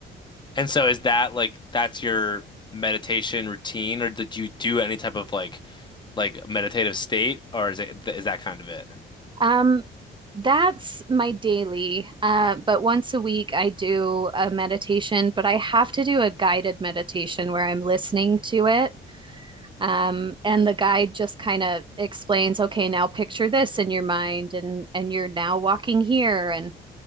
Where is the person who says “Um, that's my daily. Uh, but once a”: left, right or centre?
Right